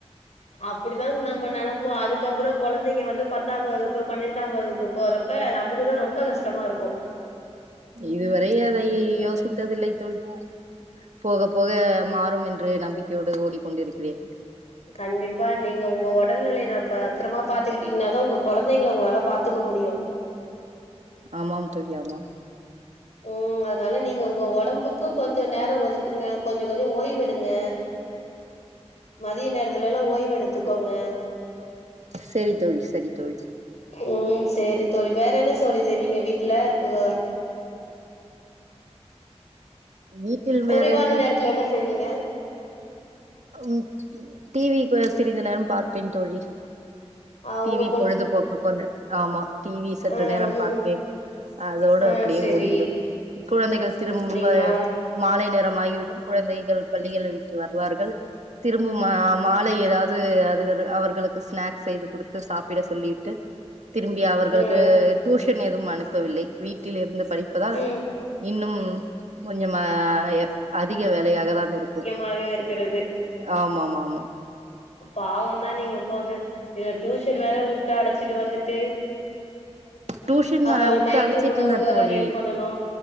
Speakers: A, on the left; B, on the right.
A: அப்புடிதா நம்ம நெனப்போ அதுக்கப்பறோ கொழந்தைங்க வந்து பத்தாம் வகுப்பு பன்னெண்டாம் வகுப்பு போற ப்ப நமக்கு தா ரொம்ப கஷ்டமா இருக்கு
B: இதுவரை அதை யோசிக்கவில்லை தோழி போக போக மாறும் என்று நம்பிக்கையோடு ஓடிக்கொண்டிருக்கிறேன்
A: கண்டிப்பா நீங்க ஒங்க ஒடல்நிலைய நா பத்தரமா பாத்துக்கிட்டீங்ன்னாதா ஒங்க கொழந்தைங்கள ஒங்களால பாத்துக்க முடியு
B: ஆமாம் தோழி ஆமாம்
A: ம் அதுனால நீங்க உங்க ஒடம்புக்கு கொஞ்சோ நேரோ ஒதுக்குங்க கொஞ்சோ கொஞ்சோ ஓய்வெடுங்க
B: <inaudible>
A: மதிய நேரத்துலேல்லா ஓய்வெடுத்துக்கோங்க
B: சேரி தோழி சரி தோழி
A: ம் சேரி தோழி வேற என்ன சோலி செய்வீங்க வீட்ல சுக
B: வீட்டில்
A: குறைவான
B: வேற என்ன
A: நேரத்துல என்ன செய்விங்க
B: ம் டி விக்கு சிறிது நேரம் பார்ப்பேன் தோழி
A: ஆ
B: டி
A: உங்க
B: வி பொழுதுபோக்கு கொண்ணு ஆமா டி வி சற்று
A: ஆ
B: நேரம்
A: ம்
B: பார்ப்பேன் அதோடு
A: ஆ
B: அப்டியே
A: செரி
B: ஓடிவிடும் குழந்தைகள் திரும்ப
A: அப்டிங்களா
B: மாலை நேரம் ஆகிவிடும் குழந்தைகள் பள்ளிகள விட்டு வருவார்கள் திரும்ப மா மாலை எதாவது அதுகது அவர்களுக்கு ஸ்நாக்ஸ் செய்து குடுத்து சாப்பிட சொல்லி திரும்பி அவர்களுக்கு
A: ம்
B: டியூஷன் ஏதும் அனுப்பவில்லை வீட்டில் இருந்து படிப்பதால்
A: ம்
B: இன்னும் கொஞ்சமா அதிக வேலையாக தான் இருக்கு
A: மாக இருக்கிறது
B: ஆமாமா ஆமா
A: பாவந்தா நீங்க போங்க இத டியூஷன் வேற வுட்டு அழைச்சிட்டு வந்துட்டு
B: டியூஷன்
A: அப்பற
B: விட்டு
A: நைட்டு
B: அழைச்சிட்டு
A: உணவு
B: இருந்தேன்
A: வேற
B: தோழி
A: ரெடி பண்ணணு